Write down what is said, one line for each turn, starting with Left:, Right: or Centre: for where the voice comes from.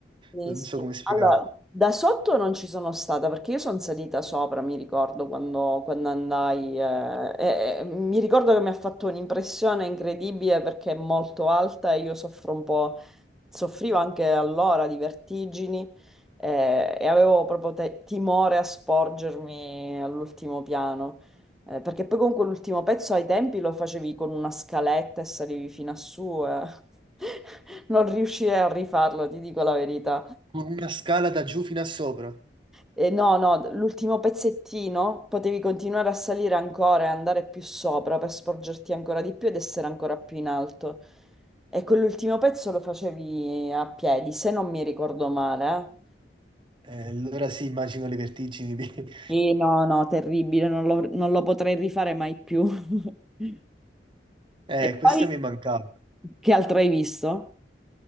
Centre: Sì,
Right: non
Centre: sì.
Right: so come spiegarlo.
Centre: Allora, da sotto non ci sono stata perché io sono salita sopra, mi ricordo quando, quando andai, eh, e- e mi ricordo che mi ha fatto un'impressione incredibile perché è molto alta e io soffro un po', soffrivo anche allora di vertigini eh, e avevo proprio te- timore a sporgermi all'ultimo piano, Eh, perché poi comunque l'ultimo pezzo ai tempi lo facevi con una scaletta e salivi fino a su. eh. <laughs> Non riuscirei a rifarlo, ti dico la verità.
Right: Con Una scala da giù fino a sopra.
Centre: E no, no, l'ultimo pezzettino potevi continuare a salire ancora e andare più sopra per sporgerti ancora di più ed essere ancora più in alto. E quell'ultimo pezzo lo facevi a piedi, se non mi ricordo male, eh.
Right: Eh, allora sì, immagino le vertigini. <laughs> di-
Centre: Sì, no, no, terribile, non lo, non lo potrei rifare mai più. <laughs>
Right: Eh,
Centre: E
Right: questo
Centre: poi,
Right: mi mancava.
Centre: che altro hai visto?